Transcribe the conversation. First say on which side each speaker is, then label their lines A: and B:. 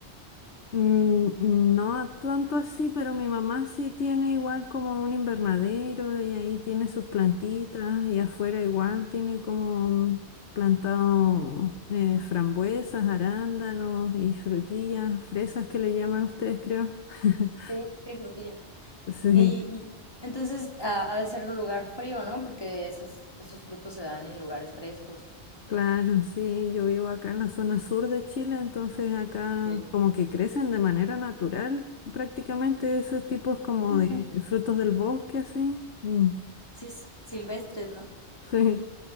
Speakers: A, on the left; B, on the left.
A: Mm, mm, No tanto así, pero mi mamá sí tiene igual como un invernadero y ahí tiene sus plantitas y afuera igual tiene como plantado eh, frambuesas, arándanos y frutillas, fresas que le llaman ustedes, creo. <laughs>
B: Sí, sí, frutilla.
A: Sí,
B: Y, y entonces ah, ha de ser un lugar frío, ¿no? Porque esos, esos frutos se dan en lugares frescos.
A: claro, sí, yo vivo acá en la zona sur de Chile, entonces acá
B: Ok.
A: como que crecen de manera natural prácticamente esos tipos como
B: Ujú.
A: de frutos del bosque, así. Mm,
B: Sí, s- silvestres, ¿no?
A: Sí.